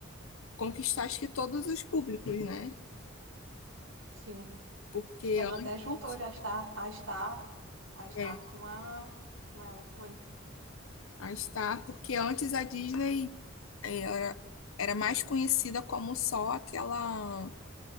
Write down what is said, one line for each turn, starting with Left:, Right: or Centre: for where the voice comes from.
Left: conquistar acho que todos os públicos, né?
Right: Sim,
Left: Porque
Right: ela
Left: antes,
Right: até juntou já estar a estar a estar
Left: é,
Right: com a com ela foi.
Left: a Star, porque antes a Disney é, era, era mais conhecida como só aquela,